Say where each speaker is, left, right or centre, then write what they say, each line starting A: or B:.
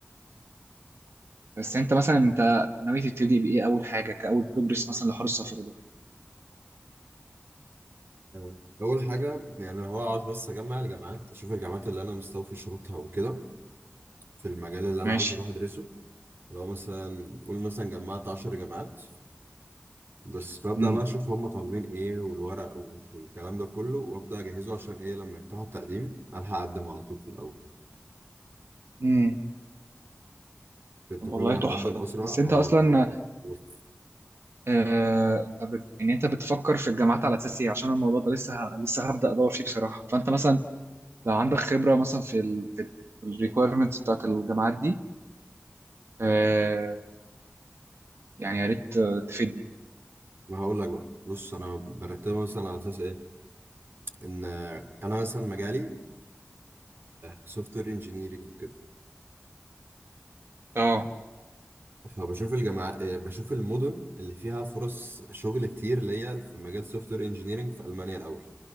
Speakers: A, on the right (about 75°); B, on the right (about 65°).
A: بس انت مثلا انت ناوي تبتدي بايه اول حاجه كاول بروجرس مثلا لحوار السفر ده
B: آه، اول حاجه يعني هو عاوز بس اجمع الجامعات اشوف الجامعات اللي انا مستوفي شروطها وكده في المجال اللي انا
A: ماشي
B: عاوز اروح ادرسه لو مثلا قول مثلا جمعت 10 جامعات بس فابدا
A: امم
B: بقى اشوف هم طالبين ايه والورق والكلام ده كله وابدا اجهزه عشان ايه لما يفتحوا التقديم الحق اقدم على طول في الاول
A: امم
B: انت
A: طب
B: كل
A: والله
B: ما
A: تحفه
B: تقدم
A: ده
B: اسرع
A: بس
B: اه
A: انت اصلا
B: اللي هو بص،
A: آه انت بت... يعني انت بتفكر في الجامعات على اساس ايه عشان الموضوع ده لسه ه... لسه هبدا ادور فيه بصراحه فانت مثلا لو عندك خبرة مثلا في ال في الريكويرمنتس بتاعت الجامعات دي آه يعني يا ريت آه، تفيدني
B: ما هقول لك بقى بص انا برتبها مثلا على اساس ايه ان انا مثلا مجالي سوفت وير انجينيرنج وكده
A: اه
B: فبشوف الجامعات آه، بشوف المدن اللي فيها فرص شغل كتير اللي هي في مجال سوفت وير انجينيرنج في المانيا الاول